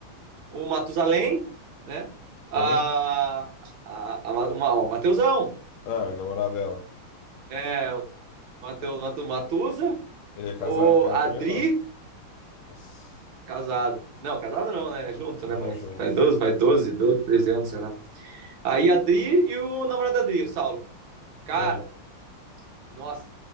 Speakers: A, on the right; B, on the left.
A: o Matusalém, né? A,
B: Quem?
A: a, a, uma, o Mateusão,
B: Ah, o namorado dela.
A: é, o Mateus,
B: Tá-
A: Matu, Matusa,
B: Ele é
A: o
B: casado com ela
A: Adri,
B: também ou não? Nossa,
A: casado. Não, casado não, né? Junto, né?
B: mora
A: Mas
B: junto.
A: vai 12, vai doze, doze, treze anos, sei lá. Aí a Adri e o namorado da Adri, o Saulo. Cara,
B: Ah,
A: nossa,